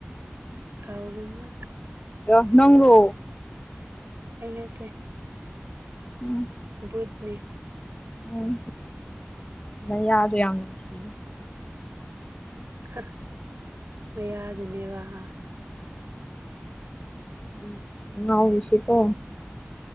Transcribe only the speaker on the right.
ꯁꯥꯎꯒꯅꯣ
ꯑꯩ ꯅꯠꯇꯦ
ꯕꯨꯠꯅꯦ
ꯍ ꯃꯌꯥꯗꯨꯅꯦꯕ ꯍꯥ